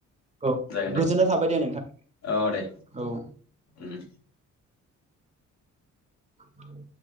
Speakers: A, on the right; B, on the left.
A: औ
B: जागोन दे
A: गोजोननाय थाबाय दे नोंथां
B: औ दे
A: औ
B: उम
A: औ